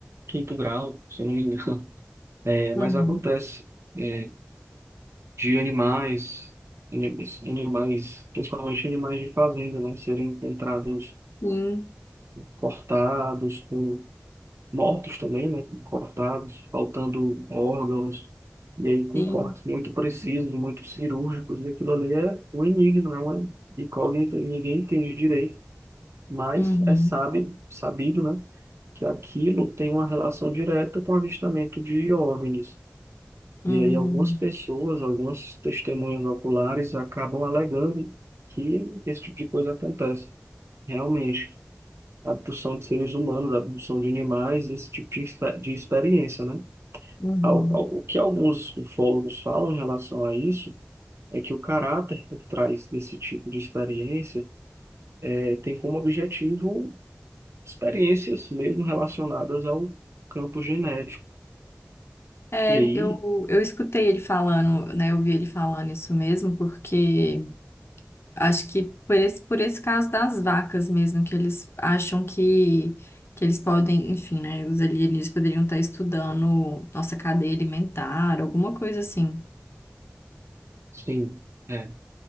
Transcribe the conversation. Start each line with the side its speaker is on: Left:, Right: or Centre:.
Right: quinto grau, se eu não me engano. <laughs> É,
Left: Uhum,
Right: mas acontece. é, de animais, animais, animais, principalmente animais de fazenda, né, serem encontrados
Left: sim,
Right: cortados, com, mortos também, né, cortados, faltando órgãos, e aí com
Left: sim.
Right: cortes muito precisos, muito cirúrgicos, e aquilo ali é um enigma, é uma incógnita, e ninguém entende direito, mas
Left: Uhum,
Right: é sabe, sabido, né, que aquilo tem uma relação direta com o avistamento de OVNIs.
Left: uhum,
Right: E aí algumas pessoas, algumas testemunhas oculares acabam alegando que esse tipo de coisa acontece. Realmente, abdução de seres humanos, abdução de animais, esse tipo de, expe- de experiência, né?
Left: uhum.
Right: Ao- ao- O que alguns ufólogos falam em relação a isso é que o caráter por trás desse tipo de experiência eh, tem como objetivo experiências mesmo relacionadas ao campo genético.
Left: É,
Right: E aí,
Left: eu, eu escutei ele falando, né? Eu vi ele falando isso mesmo, porque... Acho que por esse, por esse caso das vacas mesmo, que eles acham que, que eles podem, enfim, né? Os alienígenas poderiam estar estudando nossa cadeia alimentar, alguma coisa assim.
Right: sim. é,